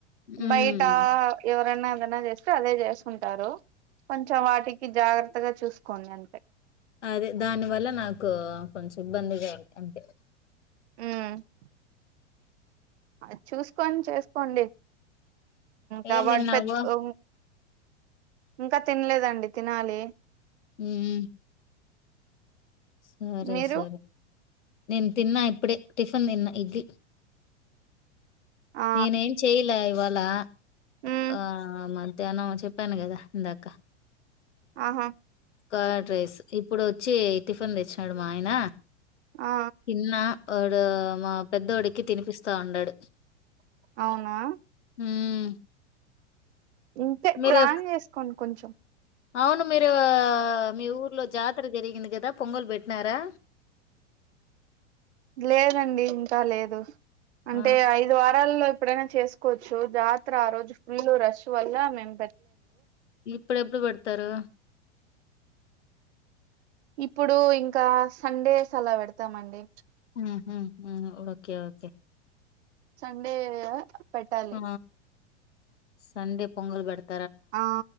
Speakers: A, on the left; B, on the right.
A: హ్మ్.
B: బయటా ఎవరన్నా ఎదనా చేస్ అదే జేస్ తుంటారు కొంచెం వాటికి జాగ్రత్తగా చూసుకోండి అంతే
A: అదే దాని వల్ల నాకు కొంచెం ఇబ్బందిగా ఔద్ది అంతే
B: మ్ అది చూసుకోని చేసుకోండి కా
A: ఏం
B: వాటి
A: తిన్నావు?
B: పెద్ద ఉం ఇంకా తినలేదండి తినాలి
A: మ్మ్ సరే
B: మీరు
A: సరే నేను తిన్నా ఇప్పుడే టిఫన్ తిన్న ఇడ్లి
B: ఆ
A: నేన ఏం చెయ్యలా ఇవా లా
B: మ్మ్
A: ఆ మధ్యాహ్నం చెప్పాను కదా ఇందాక
B: ఆహా
A: కర్డ్ రైస్ ఇప్పుడొచ్చి టిఫన్ తెచ్చినాడు మా ఆయన
B: ఆ
A: తిన్న వాడు మా పెద్దోడికి తినిపిస్ స్తా ఉండాడు
B: అవునా
A: హ్మ్.
B: ఇంతే
A: మీరే
B: ప్లాన్ చేసుకోండి కొంచెం
A: అవును మీరు మీ ఊర్లో జాతర జరిగింది కదా పొంగలు పెట్టినారా
B: లేదండి ఇంకా లేదు అంటే
A: ఆ!
B: ఐదు వారాల్లో ప్పుడైనా చేసుకో చ్చు జాత్ర ఆ రోజు ఫుల్ ర టువల్ల మేమ్
A: ఇప్పుడెప్పుడు పెడతారు
B: ఇప్పుడు ఇంకా సండేస్ అలా పెడతామండి
A: ఊహూ ఓకే ఓకే
B: సండే పెట్టాలి
A: ఆ! సండే పొంగల్ పెడత
B: ఆ